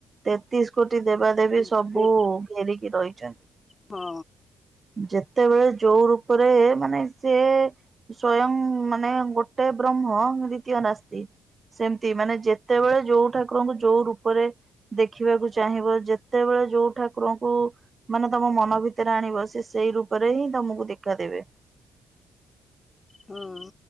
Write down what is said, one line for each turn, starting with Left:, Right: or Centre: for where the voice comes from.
Right: ତେତିଶ କୋଟି ଦେବାଦେବୀ
Left: କି?
Right: ସବୁ ଘେରିକି ରହିଚନ୍।
Left: ହଁ।
Right: ଯେତେବେଳେ ଯୋଉ ରୂପେରେ ମାନେ ସେ ସ୍ଵୟଂ ମାନେ ଗୋଟେ ବ୍ରହ୍ମ ଦ୍ଵିତୀୟ ନାସ୍ତି। ସେମତି ମାନେ ଯେତେବେଳେ ଯୋଉ ଠାକୁରଙ୍କୁ ଯୋଉ ରୂପରେ ଦେଖିବାକୁ ଚାହିଁବ ଯେତେବେଳେ ଯୋଉ ଠାକୁରଙ୍କୁ ମାନେ ତମ ମନ ଭିତେରେ ଆଣିବ ସେ ସେଇ ରୂପରେ ହିଁ ତମୁକୁ ଦେଖାଦେବେ।
Left: ହଁ।